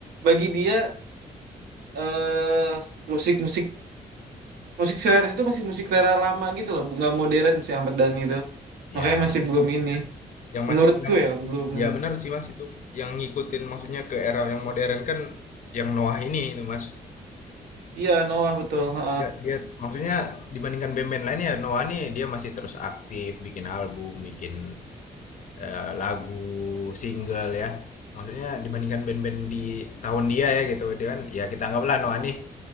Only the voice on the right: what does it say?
bagi dia eh musik-musik musik selera itu masih musik selera lama gitu loh bunga modern si Ahmad Dhani itu
makanya masih belum ini
menurutku
ya
belum
iya Noah betul ha